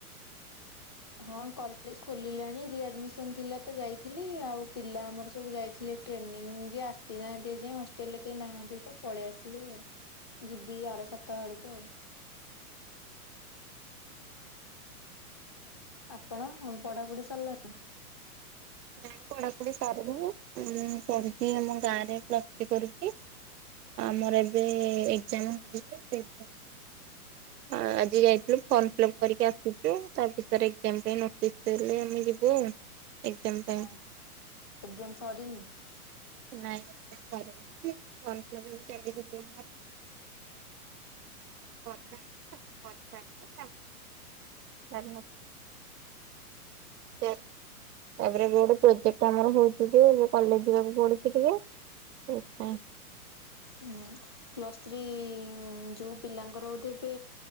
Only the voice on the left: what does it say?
ହଁ କଲେଜ ଖୋଲିଲାଣି ରି ଆଡମିସନ ଥିଲା ତ ଯାଇଥିଲି। ଆଉ ପିଲା ଆମର ସବୁ ଯାଇଥିଲେ ଟ୍ରେନିଂ ଯେ ଆସିନାହାନ୍ତି ଯାଇ ହଷ୍ଟେଲରେ କେହି ନାହାନ୍ତି ତ ପଳେଇ ଆସିଲି ଆଉ। ଯିବି ଆର ସପ୍ତାହ ଆଡକୁ ଆଉ। ଆପଣ ବଢ଼ାବୁଢ଼ୀ ସରିଲାଣି?
ହ ଏକ୍ଜାମ ସରି ନି?
ଓ ପ୍ଲସ୍ ଥ୍ରୀ ଯୋଉ ପିଲାଙ୍କର ବୋଧେ ଏବେ